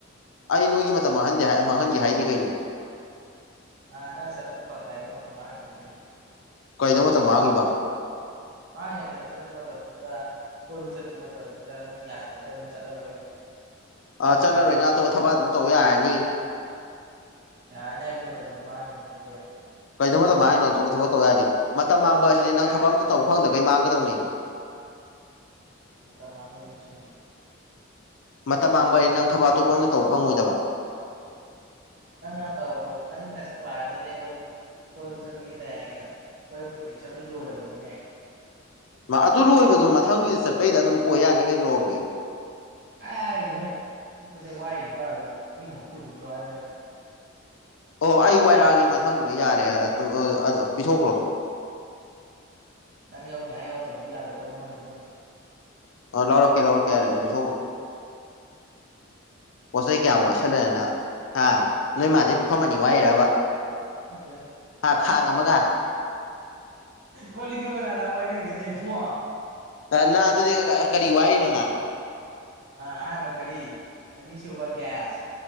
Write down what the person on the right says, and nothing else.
ꯑ ꯅ ꯁꯄꯅ ꯐꯗ ꯃꯊ ꯃꯥꯥꯡꯉꯤꯅꯤꯅꯦ
ꯃꯥꯉꯅ ꯀꯩ ꯆꯠꯇꯤ ꯃꯥ ꯇꯧꯔꯗ ꯀꯣꯏꯕꯨ ꯆꯃ ꯇꯁ ꯆꯠꯂꯣꯏ
ꯌꯥꯅꯦꯦ ꯑꯗꯨꯃ ꯃꯇꯝꯃꯥꯡꯉꯅꯤ
ꯀꯣꯏꯕ
ꯆꯠꯅꯤ
ꯍꯥꯏ
ꯑ ꯃ ꯃꯥꯡ ꯏꯟꯁꯤ
ꯅꯉ ꯇꯣ ꯆꯔ ꯀꯣꯏꯕ ꯆꯠꯄꯒꯤ ꯇꯌꯥꯒꯦ ꯆꯟꯂ ꯂꯣꯏꯔꯕꯅꯤꯅꯦ
ꯀꯥꯏ ꯅꯣꯏ ꯃꯤ ꯀ ꯋꯥꯏꯅꯦ ꯀꯗꯤ ꯃꯤꯅ ꯃꯈꯨꯗꯣ꯭ꯔꯣ ꯍꯥꯏꯔꯅꯤ
ꯅꯪ ꯌꯥꯎꯅꯤ ꯍꯥꯏ ꯌꯥꯎꯛꯇꯕꯗꯤ ꯌꯥꯔꯦꯀꯣ ꯑꯗꯨꯝ ꯃꯥꯅꯤꯁꯨ
ꯄꯤꯔꯛꯄ
ꯃꯠꯇꯦ
ꯀꯣꯂꯤꯛ ꯅꯒꯔꯥꯗ ꯋꯥꯏꯅ ꯀ ꯅ ꯃ
ꯑꯍꯥꯟꯕ ꯒꯥꯔꯤ ꯑꯅꯤꯁꯨꯕ ꯒ꯭ꯌꯥꯁ